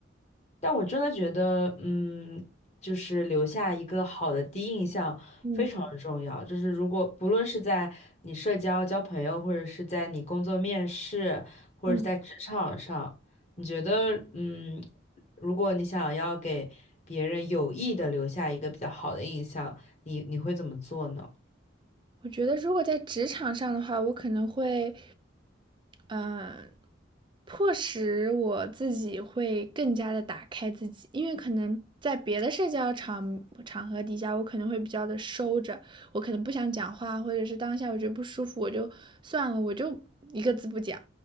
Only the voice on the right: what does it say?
嗯
嗯。
我觉得如果在职场上的话，我可能会，嗯、迫使我自己会更加的打开自己，因为可能在别的社交场场合底下，我可能会比较的收着，我可能不想讲话，或者是当下我觉得不舒服，我就算了，我就一个字不讲，